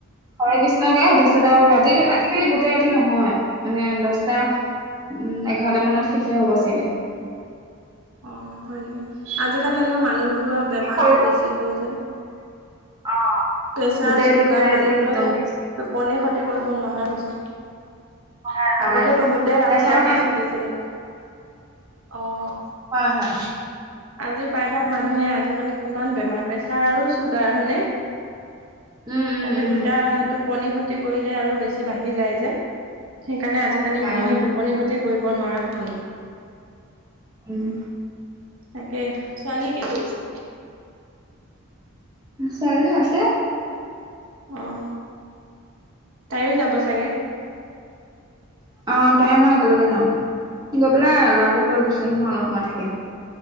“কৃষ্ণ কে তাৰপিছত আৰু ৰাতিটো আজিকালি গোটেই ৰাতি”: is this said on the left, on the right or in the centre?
Right